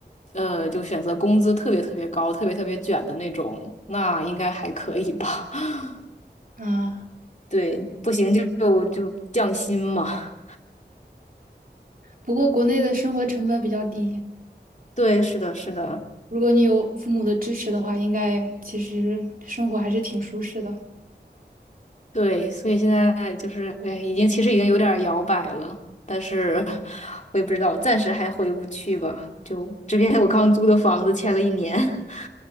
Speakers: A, on the left; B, on the right.
A: 呃，就选择工资特别特别高、特别特别卷的那种，那应该还可以吧？<laughs>
B: 啊，
A: 对，不行就就就降薪嘛。
B: 不过国内的生活成本比较低，
A: 对，是的，是的，
B: 如果你有父母的支持的话，应该其实生活还是挺舒适的。
A: 对，所以现在就是，哎，已经其实已经有点儿摇摆了，但是我也不知道，暂时还回不去吧。就这边我刚租的房子签了一年。<laughs>